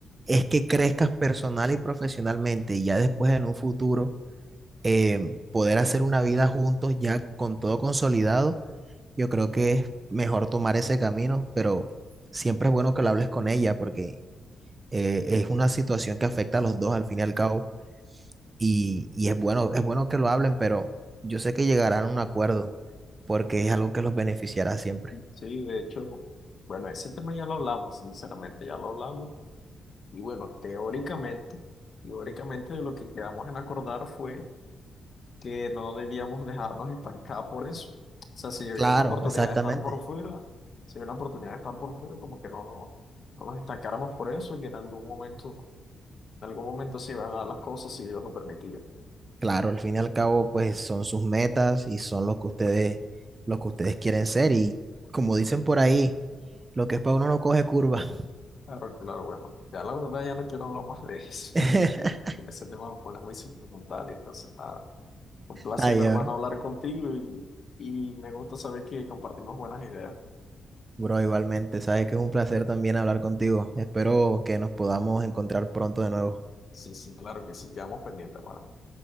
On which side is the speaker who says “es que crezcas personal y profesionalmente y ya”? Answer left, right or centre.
Right